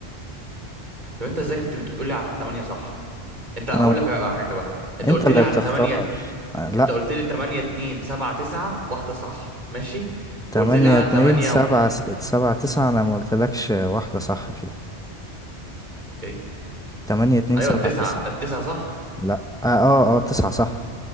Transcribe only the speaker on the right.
طب انت ازاي كنت بتقول لي على التمانية صح انت هقول
لك على حاجه بقى انت
قلت
لي على
تمانية
انت قلت لي تمانية اتنين سبعة تسعة واحده صح ماشي
وقلت لي على
تمانية
و...
انت ايه
ايوه
التسعة
التسعة صح